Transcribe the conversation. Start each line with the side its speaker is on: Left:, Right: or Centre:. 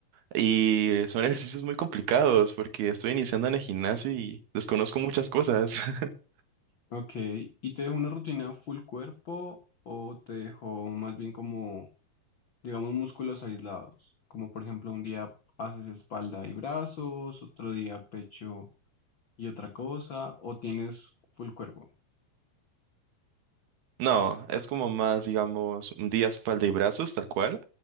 Right: Y son ejercicios muy complicados porque estoy iniciando en el gimnasio y desconozco muchas cosas. <laughs>
Left: Ok, ¿y te dejó una rutina full cuerpo o te dejó más bien como, digamos, músculos aislados? Como por ejemplo, un día haces espalda y brazos, otro día pecho y otra cosa, o tienes full cuerpo.
Right: No, es como más, digamos, un día espalda y brazos, tal cual.